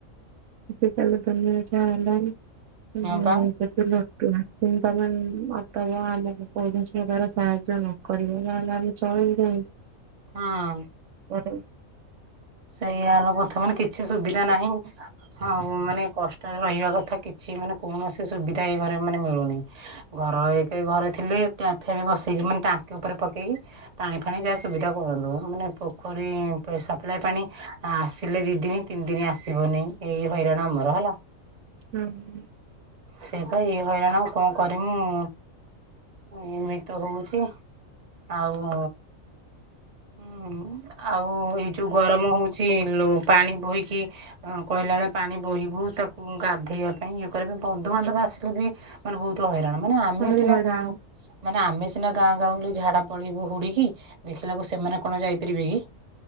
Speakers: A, on the right; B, on the right.
A: ଆଜିିକାଲି ଦୁନିଆ ଯାହା ହେଲାଣିି ଉଁ
B: ହଁ ପା।
A: କୁଲର ଟୁଣା <unintelligible> ତମ ଆମକୁ କୋୖଣସି ପ୍ରକାର ସାହାଯ୍ୟ ନୁହଁ। କରିବେ ନହେଲେ ଆମେ ଚଳିବୁ କେମିତି
B: ହଁ
A: ଘରେ
B: ସେଇଆ ହେଲା କଥା ମାନେ କିଛି ସୁବିଧା
A: କଷ୍ଟ।
B: ନାହିଁ। ହଉ ମାନେ କଷ୍ଟରେ ରହିବା କଥା କିଛି ମାନେ କୌଣସି ସୁବିଧା ଏଇ ଘରେ ମାନେ ମିଳୁନି। ଘର ଏକେ ଘରେ ଥିଲେ ଟ୍ୟାଫିଆ ବିି ବସେଇକି ମାନେ ଟାଙ୍କି ଉପରେ ପକେଇକି ପାଣି ଫାଣି ଯା ସୁବିଧା କରନ୍ତୁ ମାନେ ପୋଖରୀ ସପ୍ଲାଏ ପାଣି ଆସିଲେ ଦି ଦିନ ତିନି ଦିନ ଆସିବନି। ଏଇ ହଇରାଣ ଆମର ହେଲା।
A: ହୁଁ
B: ସେଇପା ଏଇ ହଇରାଣ କଣ କରି ମୁଁ ଏମିତି ତ ହଉଚି ଆଉ ହୁଁ ଆଉ ଏଇ ଯୋଉ ଗରମ ହଉଚି ଲୋ ପାଣି ବୋହିକି ହଁ କହିଲା ବେଳେ ପାଣି ବୋହିବୁ ତାକୁ ଗାଧେଇବା ପାଇଁ ଇଏ କରିବି ବନ୍ଧୁବାନ୍ଧବ ଆସିଲେ ବି ମାନେ ବୋହୁତ ହଇରାଣ ମାନେ ଆମେ
A: ଭାରି
B: ସିନା
A: ହଇରାଣ
B: ଗାଁ ମାନେ ଆମେ ସିନା ଗାଁ ଗାଁଉଲି ଝାଡା ପଳେଇବୁ ହୁଡିକି ଦେଖିଲାକୁ ସେ ସେମାନେ କଣ ଯାଇପାରିବେ କି?